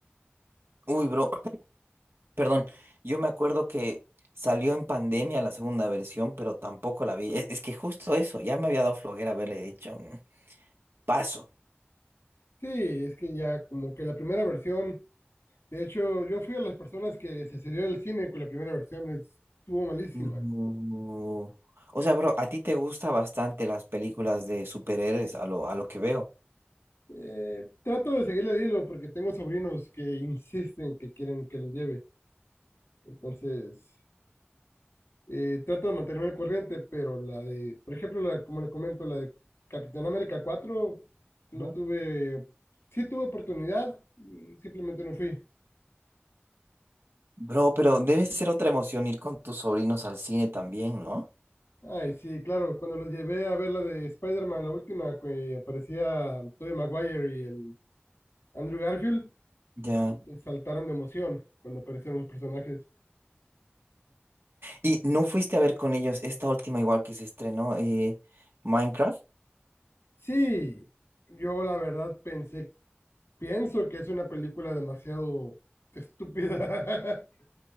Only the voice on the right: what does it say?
Uy, bro. Perdón, yo me acuerdo que salió en pandemia la segunda versión, pero tampoco la vi. Es, es que justo eso, ya me había dado flojera haberle dicho, "Mm, paso.
No. O sea, bro, a ti te gustan bastante las películas de superhéroes, a lo, a lo que veo.
Ujú.
Bro, pero debe ser otra emoción ir con tus sobrinos al cine también, ¿no?
Ya.
¿Y no fuiste a ver con ellos esta última igual que se estrenó, eh, Minecraft?